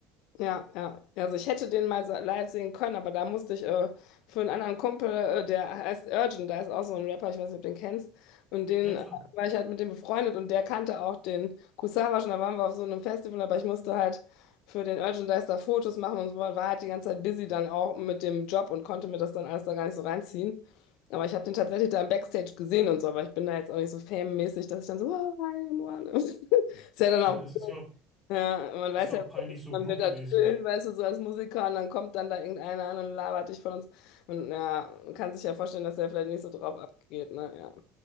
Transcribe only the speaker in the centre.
Ja, klar.
Ja,
es ist ja auch,
ist ja
auch peinlich, so
Groupie-mäßig.